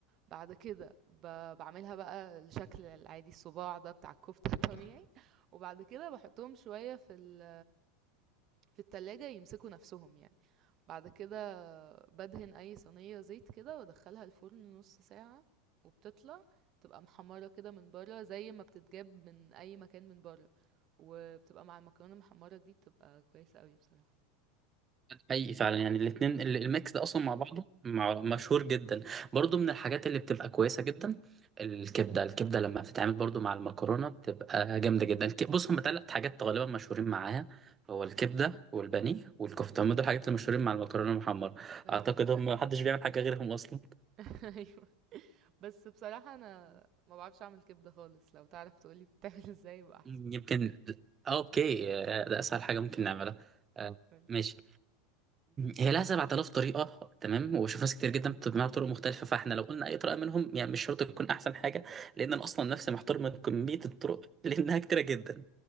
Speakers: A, on the right; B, on the right.
A: بعد كده ب- بعملها بقى الشكل العادي الصباع ده بتاع الكفتة <laughs> الطبيعي وبعد كده بحطهم شوية في ال... في التلاجة يمسكوا نفسهم يعني بعد كده بدهن اي صينية زيت كده وادخلها الفرن نص ساعة وبتطلع تبقى محمرة كده من بره زي ما بتتجاب من اي مكان من بره وبتبقى مع المكرونة المحمرة دي بتبقى كويسة قوي بصراحة
B: حقيقي فعلا يعني الاثنين الميكس ده اصلا مع بعضه مع- مشهور جدا برضو
A: امم
B: من الحاجات اللي بتبقى كويسه جدا الكبده الكبده لما بتتعمل برضو مع المكرونه بتبقى جامده جدا الك- بص هم ثلاث حاجات غالبا مشهورين معاها هو الكبده والبانيه والكفته هم دول الحاجات اللي مشهورين مع المكرونه المحمره
A: اه
B: اعتقد
A: ده فعلا
B: هم محدش بيعمل حاجه غيرهم اصلا
A: <laughs> ايوه بس بصراحة انا ما بعرفش اعمل كبدة خالص لو تعرف تقولي بتعمل <laughs> ازاي يبقى احسن
B: يمكن آه، اوكي آه، ده اسهل حاجه ممكن نعملها آه،
A: قولي.
B: ماشي هي لها 7000 طريقة تمام وبشوف ناس كتير جدا بتجمعها بطرق مختلفة فاحنا لو قلنا أي طريقة منهم يعني مش شرط تكون أحسن حاجة لأن أنا أصلا نفسي محتار من كمية الطرق <laughs> لأنها كتيرة جدا